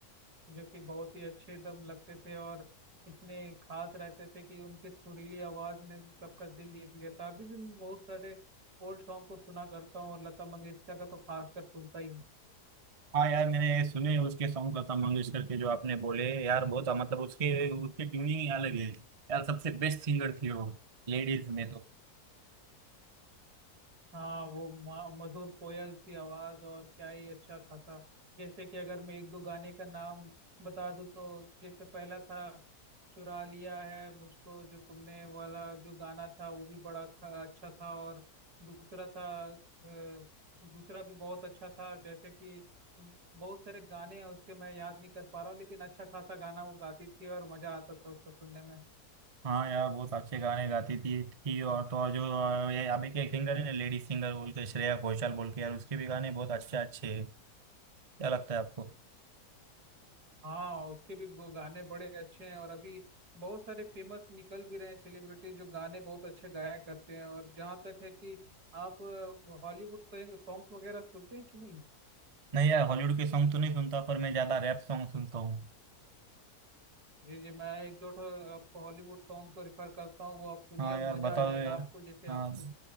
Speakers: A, on the right; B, on the right.
A: जो कि बहुत ही अच्छे दम लगते थे और इतने खास रहते थे कि उनके सुरीली आवाज ने सबका दिल जीत लिया था अभी भी मैं बहुत सारे ओल्ड सॉन्ग को सुना करता हूँ और लता मंगेशकर का तो खास कर सुनता ही हूँ
B: हाँ यार मैंने सुने उसके सॉन्ग लता मंगेशकर के जो आपने बोले यार बहुत मतलब उसके उसकी ट्यूनिंग ही अलग है यार सबसे बेस्ट सिंगर थी वो लेडीज में तो
A: हाँ वो म- मधुर कोयल सी आवाज और क्या ही अच्छा खासा जैसे कि अगर मैं एक दो गाने का नाम बता दूं तो जैसे पहला था चुरा लिया है मुझको जो तुमने वाला जो गाना था वो भी बड़ा ख- अच्छा था और दूसरा था अ, दूसरा भी बहुत अच्छा था जैसे कि बहुत सारे गाने हैं उसके मैं याद नहीं कर पा रहा हूँ लेकिन अच्छा खासा गाना वो गाती थी और मजा आता था उसको सुनने में
B: हाँ यार बहुत अच्छे गाने गाती थी थी और तो और जो अ, ये अभी के सिंगर है ना लेडीज सिंगर बोल के श्रेया घोषाल बोल के यार उसके भी गाने बहुत अच्छे अच्छे हैं क्या लगता है आपको
A: हाँ उसके भी गो- गाने बड़े अच्छे हैं और अभी बहुत सारे फेमस निकल भी रहे हैं सेलिब्रिटी जो गाने बहुत अच्छे गाया करते हैं और जहाँ तक है कि आप हॉलीवुड सॉन्ग वगैरह सुनते हैं कि नहीं
B: नहीं यार हॉलीवुड के सॉन्ग तो नहीं सुनता पर मैं ज्यादा रैप सॉन्ग सुनता हूँ
A: जी जी मैं एक दो ठो आपको हॉलीवुड सॉन्ग को रेफर करता हूँ वो आप सुनिए
B: हाँ
A: मजा
B: यार बताओ
A: आ जाएगा
B: यार
A: आपको जैसे आप
B: हाँ